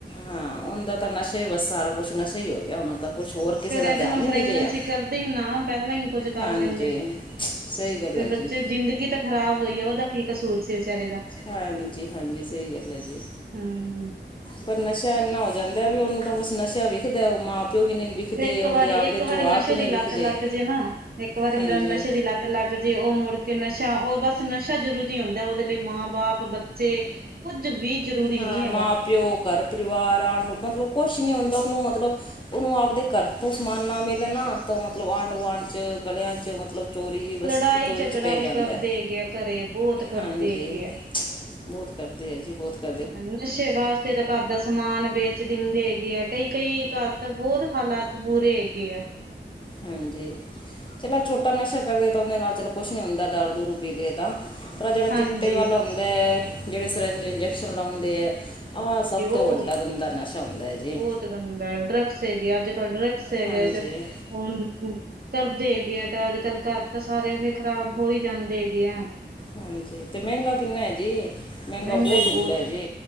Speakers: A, on the left; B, on the right.
A: ਹਾਂ ਉਹਦਾ ਤਾਂ ਨਸ਼ਾ ਹੀ ਬਸ ਸਾਰਾ ਕੁਛ ਨਸ਼ਾ ਹੀ ਹੋ ਗਿਆ ਉਹਨੂੰ ਤਾਂ ਕੁਛ ਹੋਰ ਕਿਸੇ
B: ਫਿਰ
A: ਦਾ
B: ਇਹਦੇ
A: ਧਿਆਨ
B: ਨਾਲ
A: ਹੀ
B: ਪ੍ਰੈਗਨੈਂਸੀ
A: ਨੀ ਰਿਹਾ
B: ਕਰਦੇ ਹੀ ਨਾ ਪਹਿਲਾਂ ਹੀ ਕੁਝ ਕਰ
A: ਹਾਂਜੀ
B: ਲੈਂਦੇ
A: ਸਹੀ ਗੱਲ
B: ਫੇਰ
A: ਹੈ
B: ਬੱਚੇ
A: ਜੀ
B: ਜ਼ਿੰਦਗੀ ਤਾਂ ਖ਼ਰਾਬ ਹੋਈ ਆ ਉਹਦਾ ਕੀ ਕਸੂਰ ਸੀ ਵਿਚਾਰੇ ਦਾ
A: ਹਾਂਜੀ-ਹਾਂਜੀ ਸਹੀ ਗੱਲ ਹੈ ਜੀ
B: ਹੂੰ।
A: ਪਰ ਨਸ਼ਾ ਇੰਨਾ ਹੋ ਜਾਂਦਾ ਵੀ ਉਹਨੂੰ ਤਾਂ ਬਸ ਨਸ਼ਾ ਵਿੇਖਦਾ ਉਹ ਮਾਂ ਪਿਓ ਵੀ ਨਹੀਂ ਵਿਖਦੇ
B: ਇੱਕ
A: ਉਹਦੇ
B: ਵਾਰੀ
A: ਆਪਦੇ
B: ਇੱਕ ਵਾਰੀ
A: ਜਵਾਕ
B: ਨਸ਼ੇ
A: ਨਹੀਂ
B: ਦੀ ਲੱਤ
A: ਵਿਖਦੇ
B: ਲੱਗ ਜੇ ਨਾ ਇੱਕ ਵਾਰੀ
A: ਹਾਂਜੀ
B: ਨਸ਼ੇ ਦੀ ਲੱਤ ਲੱਗ ਜੇ ਉਹ ਮੁੜ ਕੇ ਨਸ਼ਾ ਉਹ ਬਸ ਨਸ਼ਾ ਜ਼ਰੂਰੀ ਹੁੰਦਾ ਉਹਦੇ ਲਈ ਮਾਂ ਬਾਪ ਬੱਚੇ ਕੁੱਝ ਵੀ ਜ਼ਰੂਰੀ
A: ਹਾਂ
B: ਨਹੀਂ ਹੈਗਾ।
A: ਮਾਂ ਪਿਓ ਘਰ ਪਰਿਵਾਰ ਆਉਣ ਮਤਲਬ ਕੁਛ ਨੀ ਹੁੰਂਦਾ ਉਹਨੂੰ ਮਤਲਬ ਉਹਨੂੰ ਆਪਦੇ ਘਰ ਤੋਂ ਸਮਾਨ ਨਾ ਮਿਲੇ ਣਾ ਤਾਂ ਮਤਲਬ ਆਂਢ ਗੁਆਂਢ ਚ ਗਲਿਆਂ ਚ ਮਤਲਬ ਚੋਰੀ ਬਸ
B: ਲੜਾਈ
A: ਚੋਰੀ
B: ਝਗੜਾ
A: ਚ ਪੈ
B: ਵੀ
A: ਜਾਂਦਾ
B: ਕਰਦੇ ਹੈਗੇ ਆ ਘਰੇ ਬਹੁਤ ਕਰਦੇ
A: ਹਾਂਜੀ
B: ਹੈਗੇ ਆ।
A: ਬਹੁਤ ਕਰਦੇ ਆ ਜੀ ਬਹੁਤ ਕਰ
B: ਨਸ਼ੇ ਵਾਸਤੇ ਤਾਂ ਘਰ ਦਾ ਸਮ ਸਮਾਨ ਵੇਚ ਦਿੰਦੇ ਹੈਗੇ ਆ ਕਈ-ਕਈ ਘਰ ਤਾਂ ਬਹੁਤ ਹਾਲਾਤ ਬੁਰੇ ਹੈਗੇ ਆ
A: ਹਾਂਜੀ ਚਲਾ ਛੋਟਾ ਨਸ਼ਾ ਕਰਦੇ ਤਾਂ ਉਹਦੇ ਨਾਲ ਚਲੋ ਕੁੱਛ ਨੀ ਹੁੰਦਾ ਦਾਰੂ ਦੂਰੂ ਪੀ ਲਈਏ ਤਾਂ ਤ੍ਹਾਂ ਜਿਹੜਾ
B: ਹਾਂਜੀ-ਹਾਂਜੀ
A: ਚਿੱਟੇ ਵੱਲ ਹੁੰਦਾ ਹੈ ਜਿਹੜੇ ਸਰੰਜ ਇੰਜੈਕਸ਼ਨ ਲਾਉਂਦੇ ਹੈ ਆਹ ਸਭ ਤੋਂ
B: ਉਹ
A: ਵੱਡਾ ਗੰਦਾ ਨਸ਼ਾ ਹੁੰਦਾ ਹੈ ਜੀ
B: ਬਹੁਤ ਗੰਦਾ ਡਰੱਗਸ ਹੈਗੇ ਅੱਜ ਕੱਲ੍ਹ ਡਰੱਗਸ ਹੈਗੇ
A: ਹਾਂਜੀ
B: ਹੁ ਕਰਦੇ ਹੈਗੇ ਆ ਤੇ ਅੱਜ ਕੱਲ੍ਹ ਘਰ ਤਾਂ ਸਾਰੇ ਫ ਖ਼ਰਾਬ ਹੋ ਹੀ ਜਾਂਦੇ ਹੈਗੇ ਆ
A: ਹਾਂਜੀ ਤੇ ਮਹਿੰਗਾ ਕਿੰਨਾ ਹੈ ਜੀ ਮਹਿੰਗਾ
B: ਮਹਿੰਗਾਈ
A: ਬਹੁਤ ਹੁੰਦਾ
B: ਹੈ
A: ਜੀ